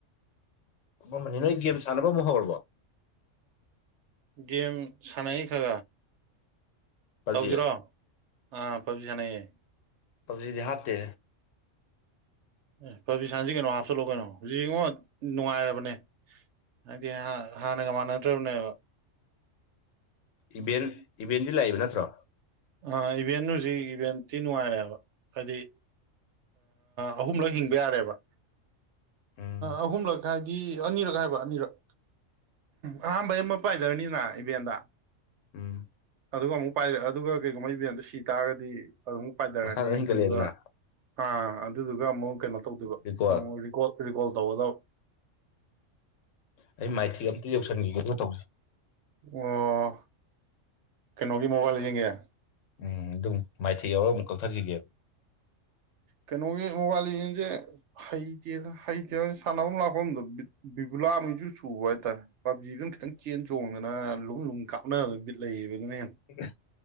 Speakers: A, on the left; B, on the right.
A: ꯃꯃꯅꯦ ꯅꯣꯏ ꯒꯦꯝ ꯁꯥꯟꯅꯕ ꯑꯃ ꯍꯧꯔꯕꯣ
B: ꯒꯦꯝ ꯁꯥꯟ ꯈꯥ
A: ꯄꯞꯖꯤ
B: ꯇꯧꯁꯤꯔꯣ ꯑꯥ ꯄꯕꯤ ꯁꯥꯟꯅꯩꯌꯦ
A: ꯄꯞꯖꯤꯗꯤ ꯍꯥꯇꯦ
B: ꯑꯦ ꯐꯕꯤ ꯁꯟꯁꯤ ꯀꯩꯅꯣ ꯍꯥꯞꯆꯜꯂꯣ ꯀꯩꯅꯣ ꯍꯧꯖꯤꯛ ꯌꯦꯡꯉꯣ ꯅꯨꯡꯉꯥꯏꯔꯕꯅꯦ ꯍꯥꯏꯗꯤ ꯍꯥꯟꯅꯒ ꯃꯥꯟꯅꯗ꯭ꯔꯕꯅꯦꯕ
A: ꯏꯚꯦꯟ ꯏꯚꯦꯟꯗꯤ ꯂꯥꯛꯏꯕ ꯅꯠꯇ꯭ꯔꯣ
B: ꯑ ꯏꯚꯦꯟ ꯍꯧꯖꯤꯛ ꯏꯚꯦꯟꯇꯤ ꯅꯨꯡꯉꯥꯏꯔꯦꯕ ꯍꯥꯏꯗꯤ ꯑꯍꯨꯝꯂꯛ ꯍꯤꯡꯕ ꯌꯥꯔꯦꯕ
A: ꯎꯝ
B: ꯑꯍꯨꯝꯂꯛ ꯗꯤ ꯑꯅꯤꯔꯛ ꯍꯥꯏꯕ ꯑꯅꯤꯔꯛ ꯑꯍꯥꯝꯕꯩ ꯑꯃ ꯄꯥꯏꯗꯔꯅꯤꯅ ꯏꯚꯦꯟꯗ
A: ꯎꯝ
B: ꯑꯗꯨꯒ ꯑꯃꯨꯛ ꯄꯥꯏꯔ ꯑꯗꯨꯒ ꯀꯩꯒꯨꯝꯕ ꯏꯕ ꯑꯇ ꯁꯤ ꯇꯥꯔꯒꯗꯤ ꯑꯗꯨꯃꯨꯛ ꯄꯥꯏꯊꯔꯅꯤ
A: ꯃꯁꯥꯟꯅ ꯍꯦꯟꯒꯠꯂꯛꯑꯦꯗꯅ
B: ꯑꯗꯨꯗꯨꯒ ꯑꯥ ꯑꯗꯨꯗꯨꯒ ꯑꯃꯨꯛ ꯀꯩꯅꯣ ꯇꯧꯗꯣꯏꯕ
A: ꯔꯤꯀꯣꯜ
B: ꯑꯃꯨꯛꯀꯣ ꯔꯤꯀꯣꯜ ꯇꯧꯒꯗꯕ
A: ꯑꯩ ꯃꯥꯏꯊꯤ ꯑꯝꯇ ꯌꯧꯁꯤꯟꯈꯤꯒꯦꯗꯣ ꯇꯧꯁ
B: ꯑꯣ ꯀꯩꯅꯣꯒꯤ ꯃꯣꯕꯥꯏꯜ ꯂꯩ ꯌꯦꯡꯒꯦ
A: ꯎꯝ ꯑꯗꯨꯝ ꯃꯥꯏꯊꯩ ꯌꯥꯎꯔꯒ ꯑꯃꯨꯛ ꯀꯛꯊꯈꯤꯒꯦꯕ
B: ꯀꯩꯅꯣꯒꯤ ꯃꯣꯕꯥꯏꯜꯡꯁꯦ ꯍꯩꯇꯦ ꯍꯩꯇꯦꯅ ꯁꯥꯟꯅꯐꯝ ꯂꯥꯛꯐꯝꯗꯣꯕꯤ ꯕꯤꯕꯨꯂꯥꯅꯤꯁꯨ ꯆꯨꯕ ꯍꯥꯏꯇꯥꯔꯦ ꯄꯞꯖꯤꯗꯨꯅ ꯈꯤꯇꯪ ꯆꯦꯟ ꯆꯣꯡꯗꯅ ꯂꯨꯝ ꯂꯨꯝ ꯀꯥꯞꯅ ꯕꯤꯠ ꯂꯩꯌꯦꯕ ꯑꯗꯨꯅꯦ
A: ꯍ